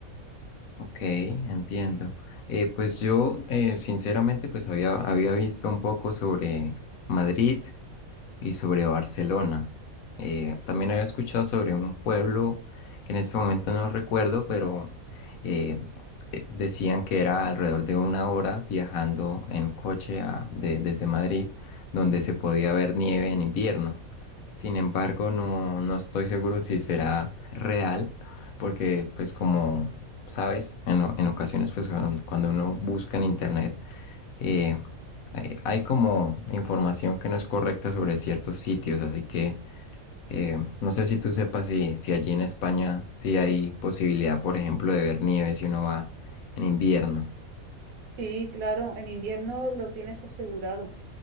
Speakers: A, on the left; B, on the right.
A: Ok, entiendo. Eh, pues yo, eh, sinceramente, pues había, había visto un poco sobre Madrid y sobre Barcelona. Eh, también había escuchado sobre un pueblo que en este momento no recuerdo, pero eh, eh, decían que era alrededor de una hora viajando en coche a- de- desde Madrid, donde se podía ver nieve en invierno. Sin embargo, no, no estoy seguro si será real, porque pues como sabes, en, o- en ocasiones pues cuando cuando uno busca en internet eh, hay, hay como información que no es correcta sobre ciertos sitios, así que eh, no sé si tú sepas si, si allí en España sí hay posibilidad, por ejemplo, de ver nieve si uno va en invierno.
B: Sí, claro, en invierno lo tienes asegurado.